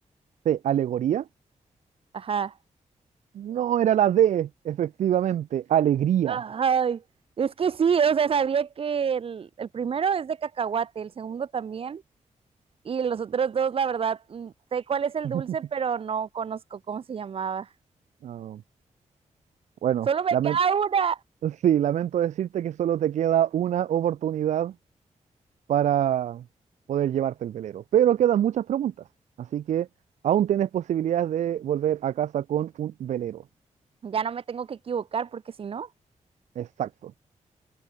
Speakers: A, on the right (about 70°); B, on the right (about 45°).
A: C, alegoría.
B: Ajá.
A: No era la D, efectivamente, alegría.
B: Ay, es que sí, o sea, sabía que el, el primero es de cacahuate, el segundo también, y los otros dos, la verdad, mm, sé cuál es el
A: <laughs>
B: dulce, pero no conozco cómo se llamaba.
A: Ah, bueno,
B: Solo me
A: lamen-
B: queda una.
A: sí, lamento decirte que solo te queda una oportunidad para poder llevarte el velero, pero quedan muchas preguntas, así que aún tienes posibilidades de volver a casa con un velero.
B: Ya no me tengo que equivocar porque si no,
A: Exacto.